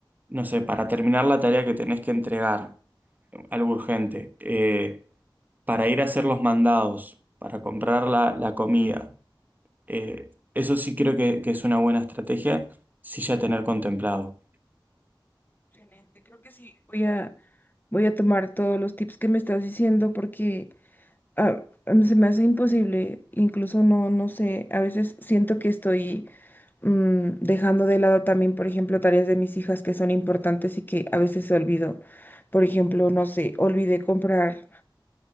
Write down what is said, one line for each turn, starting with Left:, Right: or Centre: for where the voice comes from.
Right: no sé, para terminar la tarea que tenés que entregar, algo urgente, eh, para ir a hacer los mandados, para comprar la, la comida. Eh, eso sí creo que, que es una buena estrategia, sí ya tener contemplado.
Left: Excelente, creo que sí. Voy a, voy a tomar todos los tips que me estás diciendo porque ah, em, se me hace imposible, incluso no, no sé, a veces siento que estoy mm, dejando de lado también, por ejemplo, tareas de mis hijas que son importantes y que a veces olvido. Por ejemplo, no sé, olvidé comprar